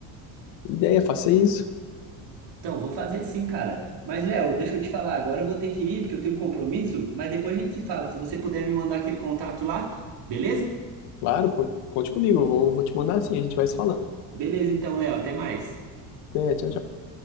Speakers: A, on the left; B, on the right.
A: ideia, faça isso.
B: Então, vou fazer sim, cara. Mas, Léo, deixa eu te falar, agora eu vou ter que ir, porque eu tenho um compromisso, mas depois a gente se fala. Se você puder me mandar aquele contato lá, beleza?
A: Claro, con- conte comigo, eu vou, vou te mandar assim, a gente vai se falando.
B: Beleza, então, Léo, até mais.
A: Até, tchau, tchau.